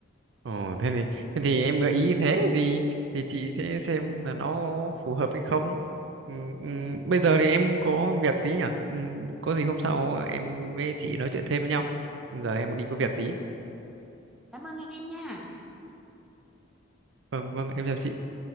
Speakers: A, on the right (about 60°); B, in the centre.
A: ờ thế thì thế thì em gợi ý như thế thì thì chị sẽ xem là nó phù hợp hay không ừ, ừ, bây giờ thì em có việc tí nhỉ ừ, có gì hôm sau em với chị nói chuyện thêm với nhau giờ em đi có việc tí
B: cảm ơn em nha
A: vâng vâng em chào chị